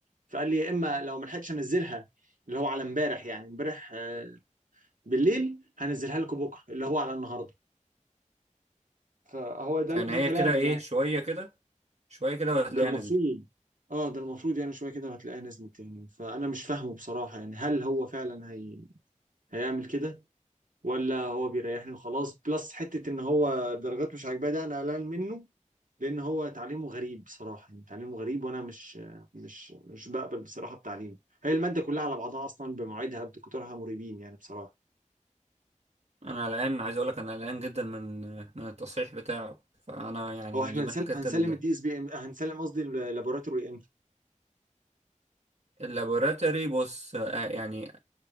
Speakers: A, on the right; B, on the right.
A: فقال لي يا اما لو ما لحقتش انزلها اللي هو على امبارح يعني امبارح آه، بالليل هنزلها لكم بكره اللي هو على النهارده فهو ده
B: يعني
A: ده
B: هي
A: كلامه
B: كده ايه
A: يعني
B: شوية كده شوية كده وهتلاقيها
A: ده المفروض
B: نزلت
A: اه ده المفروض يعني شويه كده وهتلاقيها نزلت يعني فانا مش فاهمه بصراحه يعني هل هو فعلا هي هيعمل كده ولا هو بيريحني وخلاص بلس حتة ان هو درجات مش عاجباه ده انا قلقان منه لان هو تعليمه غريب بصراحة يعني تعليمه غريب وانا مش مش مش بقبل بصراحة بتعليمه هي المادة كلها على بعضها اصلا بمواعيدها بدكتورها مريبين يعني بصراحة
B: انا قلقان عايز اقول لك انا قلقان جدا من من التصحيح بتاعه فانا يعني
A: هو احنا
B: دي
A: هنسلم
B: من الحاجات
A: هنسلم
B: ال-
A: الدي اس بي ام هنسلم قصدي اللابوراتوري امتى
B: اللابوراتوري بص آه، يعني